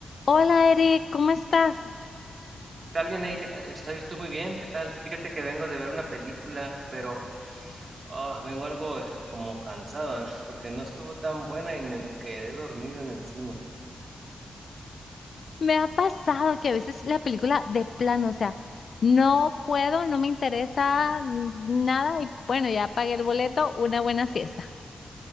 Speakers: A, on the left; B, on the right.
A: Hola Eric, ¿cómo estás?
B: ¿Qué tal, bien ahí? ¿Qué tal? Está visto muy bien, ¿qué tal? Fíjate que vengo de ver una película, pero ah, vengo algo eh, como cansado, ¿no? <laughs> porque no estuvo tan buena y me quedé dormido en el cine.
A: Me ha pasado que a veces la película de plano, o sea, no puedo, no me interesa n- nada y bueno, ya pagué el boleto, una buena siesta.